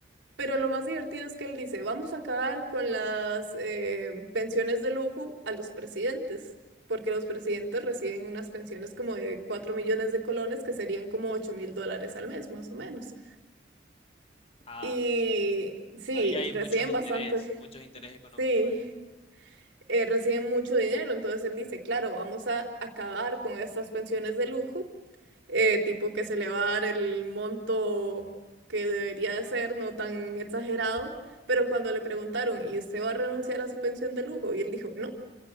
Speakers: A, on the right; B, on the left.
A: Pero lo más divertido es que él dice, vamos a acabar con las eh, pensiones de lujo a los presidentes. porque los presidentes reciben unas pensiones como de 4 millones de colones, que serían como ocho mil dólares al mes, más o menos.
B: Ah,
A: Y sí,
B: ahí hay
A: reciben
B: muchos intereses,
A: bastante,
B: muchos
A: <laughs>
B: intereses económicos
A: sí,
B: ahí.
A: eh, reciben mucho dinero. Entonces él dice, claro, vamos a acabar con estas pensiones de lujo, eh, tipo que se le va a dar el monto que debería de ser, no tan exagerado. Pero cuando le preguntaron, ¿y usted va a renunciar a su pensión de lujo? Y él dijo, no,